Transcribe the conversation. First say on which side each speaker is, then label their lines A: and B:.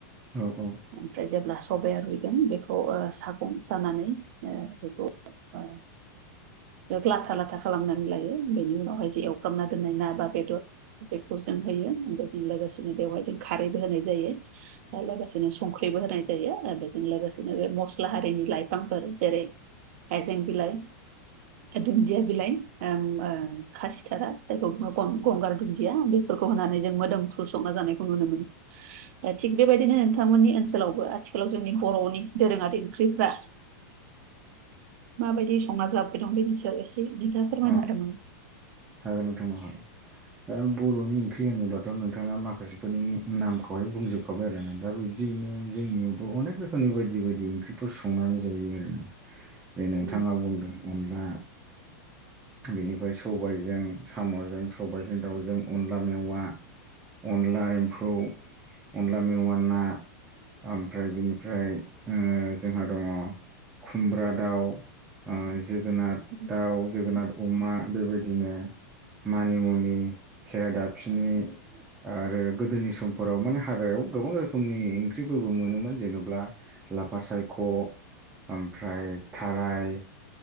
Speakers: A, on the right (about 20°); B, on the right (about 60°).
A: औ औ
B: ओमफ्राय जेब्ला सबाया रुइगोन बेखौ सागं सानानै बेखौ
A: औ
B: ओ लाथा लाथा खालामनानै लायो बेनि उनावहाय जे एवफ्र्रामना दोननाय ना बा बेदर बेखौ जों होयो ओमफ्राय जों लोगोसेनो बेवहाय जों खारैबो होनाय जायो आरो लोगोसे बिदिनो संख्रिबो होनाय जायो बेजों लोगोसेनो बे मसला सिख्लाहारिनि लाइफांफोर जेरै हायजें बिलाइ दुन्दिया बिलाइ ओं बा खासिथारा जायखौ गंगार दुन्दिया बेफोरखौ होनानै जों मोदोमफ्रु संना जानायखौ नुनो मोनो। दा थिग बेबायदिनो बिथांमोननि ओनसोलावबो आथिखालाव जोंनि बर'नि दोरोङारि ओंख्रिफ्रा माबायदि संना जाबोबाय दं बेनि सायाव एसे नोंथाङा फोरमायनादोंमोन।
A: औ हागोन नोंथां औ हागोन। दा बर'नि ओंख्रि होनोबाथ' नोंथाङा माखासेफोरनि नामखौहाय बुंजोब सखाय आरोना दा बिब्दियनो जोंनियावबो अनेक रोखोमनि बायदि बायदि ओंख्रिफोर संनानै जायो आरोना। जै
B: नामा
A: नोंथाङा बुंदों अनला बिनिफ्राय सबाय जों साम'जों सबायाइजों दाउजों अनला मेवा। अनला एम्फौ अनला मेवा ना ओमफ्राय बिनिफ्राय जोंहा दङ खुमब्रा दाउ। जोगोनार
B: औ
A: दाउ जोगोनार अमा बेबायदि बिदिनो मानि मुनि खेरा दाफिनि ओ आरो गोदोनि समफोराव माने हाग्रायाव गोबां रोखोमनि ओंख्रिफोरबो मोनोमोन जेनेब्ला लाफा सायख' ओमफ्राय थाराय